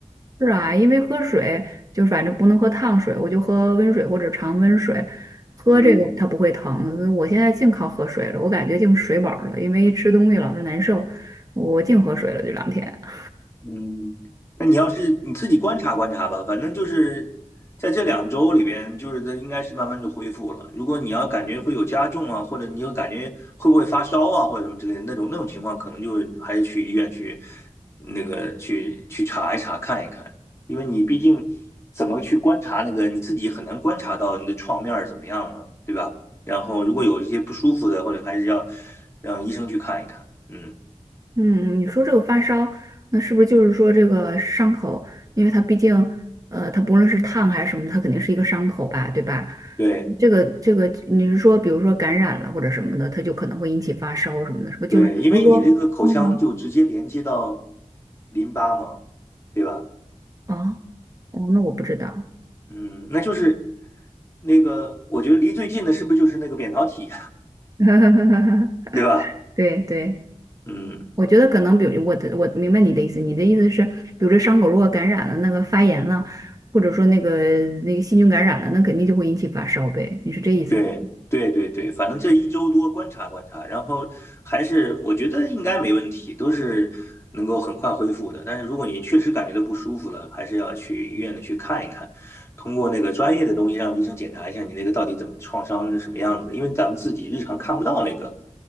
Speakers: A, on the right; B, on the left.
A: 是啊，因为喝水就反正不能喝烫水，我就喝温水或者常温水，喝这个它不会疼。
B: 嗯
A: 我现在净靠喝水了，我感觉净水饱了，因为吃东西老是难受，我净喝水了这两天。<laughs>
B: 嗯，那你要是你自己观察观察吧，反正就是在这两周里边，就是它应该是慢慢就恢复了。如果你要感觉会有加重啊，或者你有感觉会不会发烧啊，或者什么之类的那种那种情况，可能就是还是去医院去那个去去查一查看一看，因为你毕竟怎么去观察那个你自己很难观察到你的创面儿怎么样了，对吧？然后如果有一些不舒服的，或者还是要让医生去看一看。嗯，
A: 嗯，你说这个发烧，那是不是就是说这个伤口，因为它毕竟呃，它不论是烫还是什么，它肯定是一个伤口吧，对吧？
B: 对。
A: 这个这个，你是说比如说感染了或者什么的，它就可能会引起发烧什么的，是不是就是？
B: 对，因为你那个口腔就直接连接到
A: 哦，
B: 淋巴嘛，对吧？
A: 啊，哦，那我不知道。
B: 嗯，那就是那个，我觉得离最近的是不是就是那个扁桃体，
A: <laughs> 哈，
B: <laughs> 对吧？
A: 对对，
B: 嗯，
A: 我觉得可能，比如我的我明白你的意思，你的意思是，比如这伤口如果感染了，那个发炎了，或者说那个那个细菌感染了，那肯定就会引起发烧呗，你是这意思吧？
B: 对对对对，反正这一周多观察观察，然后还是我觉得应该没问题，都是能够很快恢复的。但是如果你确实感觉到不舒服了，还是要去医院的去看一看，通过那个专业的东西让医生检查一下你那个到底怎么创伤是什么样子，因为咱们自己日常看不到那个，